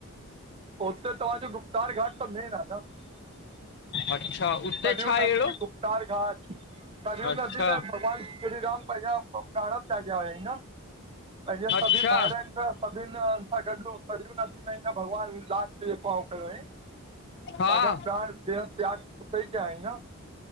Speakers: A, on the right (about 25°); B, on the left (about 50°).
A: उते त तव्हांजो, गुप्तार घाट त मेन आ न।
B: अच्छा उते
A: कररियूं
B: छा
A: नदी,
B: अहिड़ो
A: गुप्तार घाट, करियूं
B: अच्छा
A: नदी में भॻवान श्री राम पंहिंजा प्राण तियागा हुया हीं न पंहिंजे सभी
B: अच्छा
A: भावर आहिन, सभिन सां गॾु हो सरियूं न नदी में भॻवान राम देव पांव करियो हे
B: हा
A: पंहिंजा प्राण देह तियागे उतेई कया ईन